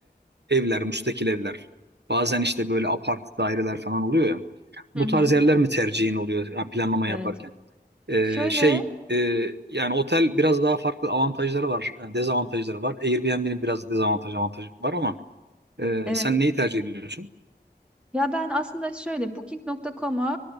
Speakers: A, on the right; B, in the centre.
A: e, evler, müstakil evler. Bazen işte böyle apart daireler falan oluyor ya. Bu
B: Hı hı.
A: tarz yerler mi tercihin oluyor yani planlama
B: Evet.
A: yaparken? E,
B: Şöyle
A: şey e, yani otel biraz daha farklı avantajları var, yani dezavantajları var. Airbnb'nin biraz dezavantaj avantajı var ama e,
B: evet
A: sen neyi tercih ediyorsun?
B: Ya ben aslında şöyle Booking.com'a